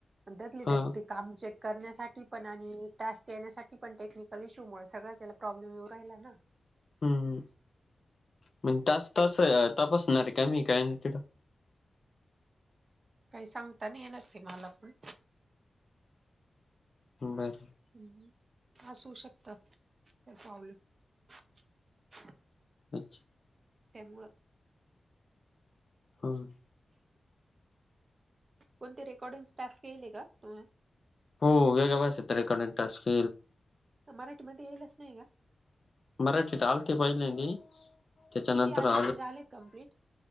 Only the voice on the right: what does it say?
त्यातले
त्यात काम चेक करण्यासाठी, पण आणि टास्क येण्यासाठी पण, टेक्निकल इश्यूमुळे सगळंच याला प्रॉब्लेम येऊ राहिला ना.
काही सांगताना नय येणार, ते मला पण
ह्, असू शकतात, काय प्रॉब्लेम.
त्यामुळं
कोणते रेकॉर्डिंग टास्क यायले का? तुम्ह
मराठीमध्ये येईलच नाही ना
किती आले
ते झाले कम्प्लीट